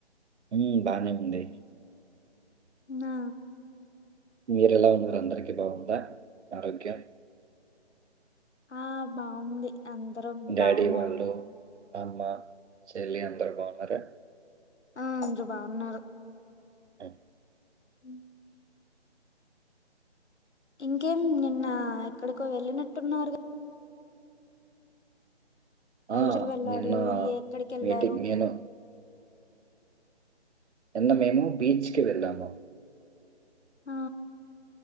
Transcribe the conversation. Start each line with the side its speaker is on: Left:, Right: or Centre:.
Right: ఉమ్ బానే ఉంది
Left: నా
Right: మీరెలా ఉన్నారు అందరికిీ బాగుందా ఆరోగ్యం
Left: ఆ బాగుంది అందరూ
Right: డాడీ
Left: బావున్నారు
Right: వాళ్ళు అమ్మ చెల్లి అందరు బాగున్నారా
Left: ఆ అందరూ బాగున్నారు
Right: అమ్
Left: ఉమ్ ఇంకేం నిన్న ఎక్కడికో వెళ్ళినట్టున్నారు
Right: ఆ,
Left: ఎవరెవరు వెళ్లారు
Right: నిన్న
Left: ఎక్కడికి వెళ్ళారు
Right: మీటింగ్ నేను నిన్న మేము బీచ్ కి వెళ్ళాము
Left: ఆ